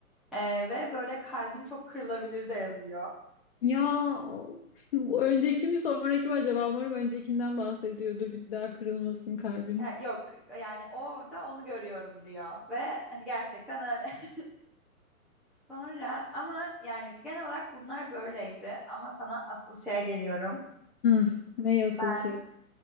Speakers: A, in the centre; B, on the left (about 40°).
A: Ee, ve böyle kalbin çok kırılabilir de yazıyor.
B: Ya o- <laughs> önceki mi sonraki mi acaba? Umarım öncekinden bahsediyordur. Bir daha kırılmasın kalbin.
A: Ha, yok yani orada onu görüyorum diyor ve hani gerçekten öyle. <laughs> Sonra ama yani genel olarak bunlar böyleydi ama sana asıl şeye geliyorum.
B: Hı. Ne asıl
A: Ben
B: şey?